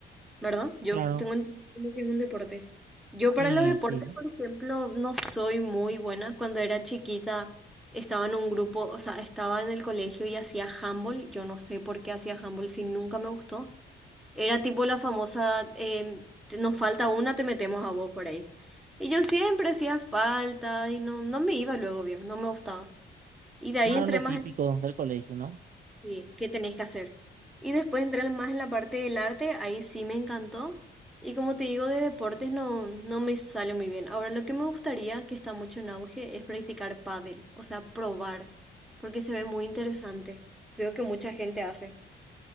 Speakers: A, in the centre; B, on the right.
A: ¿verdad? Yo
B: Claro.
A: tengo entendido que es un deporte. Yo para
B: Y
A: los deportes,
B: sí,
A: por ejemplo, no soy muy buena. Cuando era chiquita estaba en un grupo, o sea, estaba en el colegio y hacía handball. Yo no sé por qué hacía handball si nunca me gustó. Era tipo la famosa, em, te- nos falta una, te metemos a vos por ahí. Y yo siempre hacía falta y no, no me iba luego bien, no me gustaba. Y de ahí
B: claro,
A: entré
B: lo
A: más
B: típico del colegio, ¿no?
A: Sí, ¿qué tenés que hacer? Y después entrar más en la parte del arte, ahí sí me encantó. Y como te digo, de deportes no, no me sale muy bien. Ahora, lo que me gustaría, que está mucho en auge, es practicar pádel, o sea, probar, porque se ve muy interesante. Veo que mucha gente hace.